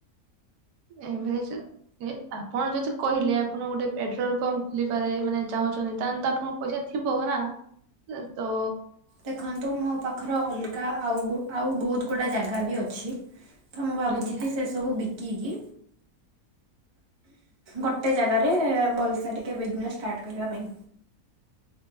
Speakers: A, on the right; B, on the right.
A: ଏଭରଜ୍? ଏ ଆପଣ ଯଦି କହିଲେ, ଆପଣ ଗୋଟେ ପେଟ୍ରୋଲ ପମ୍ପ ଖୋଲିପାରେ ମାନେ ଚାହୁଁଛନ୍ତି? ତାହେଲେ ଆପଣ ପଇସା ଥିବ ନା? ତ
B: ଦେଖନ୍ତୁ, ମୋ ପାଖରେ ଅଲଗା ଆଉ, ଆଉ ବହୁତ ଗୁଡ଼ା ଜାଗା ବି ଅଛି। ତ ମୁଁ ଭାବୁଛି
A: ଆଜ୍ଞା
B: କି ସେ ସବୁ ବିକିକି ଗୋଟେ ଜାଗାରେ ଭଲସେ ଟିକେ ବିଜନେସ୍ ଷ୍ଟାର୍ଟ କରିବା ପାଇଁ